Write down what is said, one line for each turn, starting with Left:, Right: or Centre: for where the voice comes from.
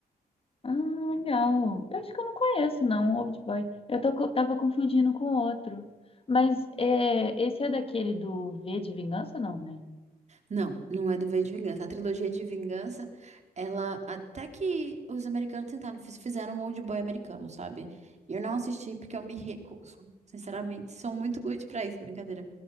Left: Ah, legal. Eu acho que eu não conheço, não, Old Boy. Eu tô, co- tava confundindo com outro. Mas é, esse é daquele do V de Vingança, não, né?
Right: Não, não é do V de Vingança. A trilogia de Vingança, ela até que os americanos tentaram, fiz- fizeram um old boy americano, sabe? E eu não assisti porque eu me recuso. Sinceramente, sou muito good pra isso, brincadeira.